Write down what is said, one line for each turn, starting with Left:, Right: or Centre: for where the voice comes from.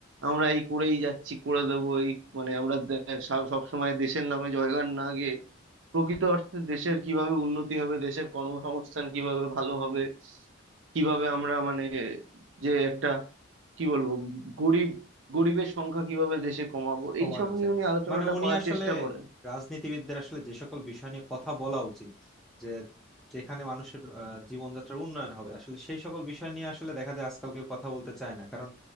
Right: আমরা এই করেই যাচ্ছি করে দেবো এই মানে আমরা দে- সব সময় দেশের নামে জয়গান না গেয়ে প্রকৃত অর্থে দেশের কিভাবে উন্নতি হবে দেশের কর্মসংস্থান কিভাবে ভালো হবে কিভাবে আমরা মানে যে একটা কি বলবো গরিব গরিবের সংখ্যা কিভাবে দেশে কমাবো
Centre: কমানো
Right: এইসব নিয়ে
Centre: যায়
Right: উনি আলোচনাটা
Centre: মানে উনি
Right: করার
Centre: আসলে
Right: চেষ্টা করেন
Centre: রাজনীতিবিদদের আসলে যে সকল বিষয় নিয়ে কথা বলা উচিত যে যেখানে মানুষের আহ, জীবনযাত্রার উন্নয়ন হবে আসলে সেই সকল বিষয় নিয়ে আসলে দেখা যায় আজকাল কেউ কথা বলতে চায় না কারণ